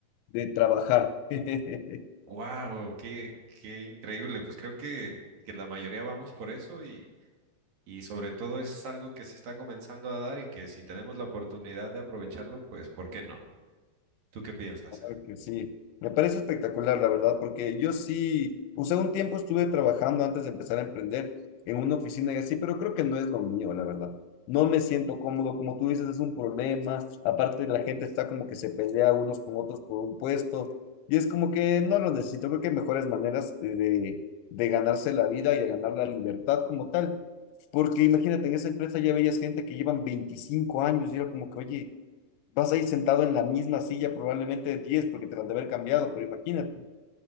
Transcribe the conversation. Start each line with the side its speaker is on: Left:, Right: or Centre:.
Left: de trabajar. <laughs>
Right: Wow, qué, qué increíble. Pues creo que, que la mayoría vamos por eso y, y sobre todo es algo que se está comenzando a dar y que si tenemos la oportunidad de aprovecharlo, pues ¿por qué no? ¿Tú qué piensas?
Left: Claro que sí. Me parece espectacular, la verdad, porque yo sí, o sea, un tiempo estuve trabajando antes de empezar a emprender en una oficina y así, pero creo que no es lo mío, la verdad. No me siento cómodo, como tú dices, es un problema. Aparte, la gente está como que se pelea unos con otros por un puesto y es como que no lo necesito. Creo que hay mejores maneras eh, de, de ganarse la vida y de ganar la libertad como tal. Porque imagínate, en esa empresa ya veías gente que llevan 25 años y era como que, oye, vas a ir sentado en la misma silla probablemente 10 porque te la de haber cambiado, pero imagínate.